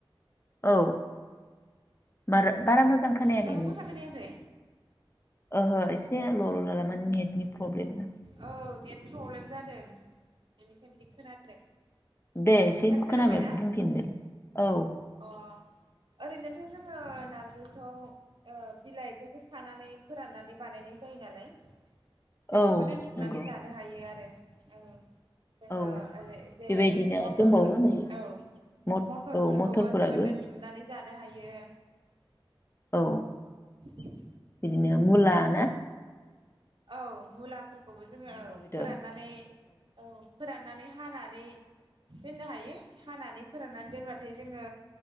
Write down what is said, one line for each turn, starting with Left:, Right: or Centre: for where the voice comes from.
Left: औ मार बारा मोजां खोनायाखै
Right: दाबो
Left: नोंनिखौ
Right: मोजां खोनायाखै
Left: ओहो
Right: हेल'
Left: एसे लल' लाला मानि नेटनि प्रब्लेम ना ।
Right: औ नेट प्रब्लेम जादों बेनिखायनो बिदि खोनादों
Left: दे एसे
Right: दा खोनाबायना
Left: खोनाबाय बुंफिनदोलाय औ
Right: अ ओरैनोथ' जो नारजिखौ ओ बिलाइखौसो खानानै फोराननानै बानायनाय जायो नालाय बेखौबो
Left: औ
Right: दोनथुमनानै
Left: नंगौ
Right: जानो हायो आरो । औ जोंङो
Left: औ
Right: एरै जेरै
Left: बेबायदिनो
Right: मटरफोर
Left: आरो दंबावो नै
Right: औ
Left: मथ
Right: मटरफोरखौबो
Left: औ मथरफोराबो
Right: जोंङो दोनथुमनानै जानो हायो ।
Left: औ बिदिनो मुला ना
Right: औ मुला । फोरखौबो जोङो
Left: मुला
Right: औ
Left: बेदर
Right: फोराननानै औ फोराननानै हानानै दोननो हायो हानानै फोराननानै दोनबाथाय जोंङो